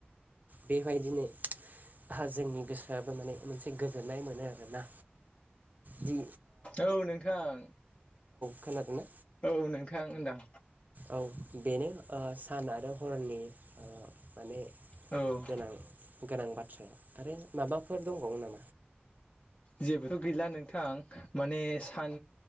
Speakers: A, on the right; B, on the left.
A: बेबायदिनो हा जोंनि गोसोआबो माने मोनसे गोजोननाय मोनो आरोना दि
B: औ नोंथां
A: खोनादोंना
B: औ नोंथां होनदां
A: औ बेनो सान आरो हरनि ओ माने
B: औ
A: गोनां गोनां बाथ्राया आरो माबाफोर दंबावो नामा?
B: जेबोथ गैला नोंथां माने सान